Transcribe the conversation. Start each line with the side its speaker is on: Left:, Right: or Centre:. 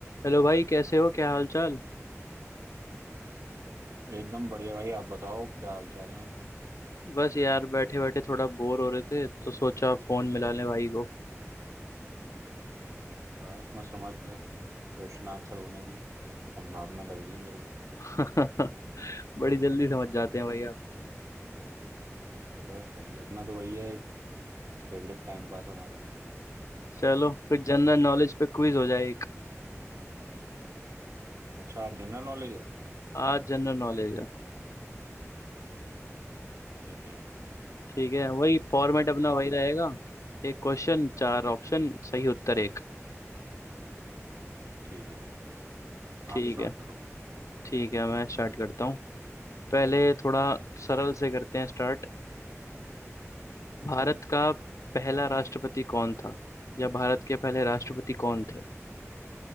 Left: हेलो भाई कैसे हो क्या हाल चाल
Right: एकदम बढ़िया भाई आप बताओ क्या हाल चाल है
Left: बस यार बैठे बैठे थोड़ा बोर हो रहे थे तो सोचा फोन मिला लें भाई को
Right: बस मैं समझ गया क्वेश्चन आंसर होने की संभावना लग रही है मेरे को
Left: <laughs> बड़ी जल्दी समझ जाते
Right: <laughs>
Left: हैं भाई आप
Right: बस भाई अपना तो वही है एक फेवरेट टाइम पास हमारा
Left: चलो फिर जनरल नॉलेज पे क्विज हो जाए एक
Right: अच्छा आज जनरल नॉलेज है
Left: आज जनरल नॉलेज है
Right: ठीक है
Left: ठीक है वही फॉर्मेट अपना वही
Right: आप
Left: रहेगा एक क्वेश्चन चार ऑप्शन सही उत्तर एक
Right: ठीक है
Left: ठीक
Right: आप स्टार्ट
Left: है
Right: करो
Left: ठीक है मैं स्टार्ट करता हूँ पहले थोड़ा सरल से करते हैं स्टार्ट भारत
Right: हम्म।
Left: का पहला राष्ट्रपति कौन था या भारत के पहले राष्ट्रपति कौन थे